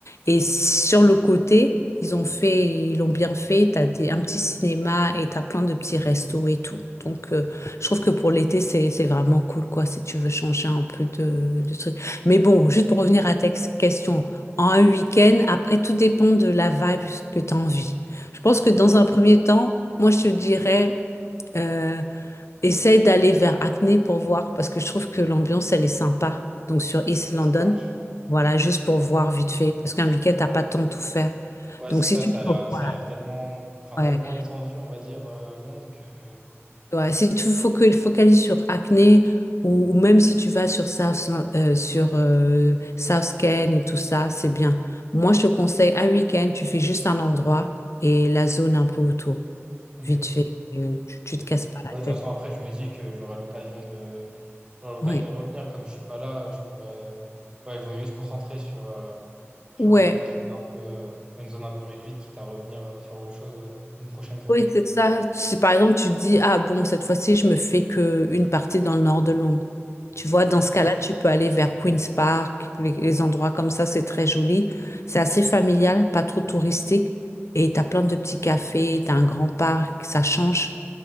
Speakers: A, on the left; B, on the right.
A: Et sur le côté, ils ont fait, ils l'ont bien fait. T'as des, un petit cinéma et t'as plein de petits restos et tout. Donc, euh, je trouve que pour l'été, c'est, c'est vraiment cool, quoi, si tu veux changer un peu de, de truc. Mais bon, juste pour revenir à ta question en un week-end. Après, tout dépend de la vibe que tu as envie. Je pense que dans un premier temps, moi, je te dirais, euh, essaye d'aller vers Acne pour voir, parce que je trouve que l'ambiance, elle est sympa. Donc, sur East
B: Ok,
A: London,
B: ça marche.
A: voilà, juste pour voir vite fait, parce qu'un week-end, t'as pas le temps de tout faire.
B: Ouais,
A: Donc,
B: c'est
A: si
B: ça,
A: tu
B: ça
A: trouves,
B: a l'air,
A: voilà,
B: ça a l'air tellement, enfin,
A: ouais.
B: tellement étendu, on va dire, euh, Londres que... euh,
A: Ouais, si tu focu- focalises sur acné ou, ou même si tu vas sur South, euh, sur euh, South Ken et tout ça, c'est bien. Moi, je te conseille un week-end, tu fais juste un endroit et la zone un peu autour,
B: Ok.
A: vite fait. Et, euh, tu,
B: Ok,
A: tu
B: ok.
A: te casses
B: Ouais,
A: pas la
B: de toute
A: tête.
B: façon, après, je me dis que j'aurai l'occasion de, j'aurai l'occasion
A: Oui.
B: de revenir. Comme je suis pas là, je pourrais. Ouais, il vaut mieux se concentrer sur, euh, sur
A: Ouais,
B: un truc qui est un peu, euh, enfin, une zone un peu réduite, quitte à revenir euh, faire autre chose euh, une prochaine fois,
A: Oui,
B: quoi.
A: c'est ça. Si par exemple tu te dis, ah bon, cette fois-ci, je me fais que une partie dans le nord de Londres. Tu vois,
B: Ok,
A: dans ce cas-là, tu peux aller vers Queen's Park, les, les endroits comme ça, c'est très joli. C'est assez familial, pas trop touristique. Et t'as plein de petits cafés, t'as un grand parc, ça change.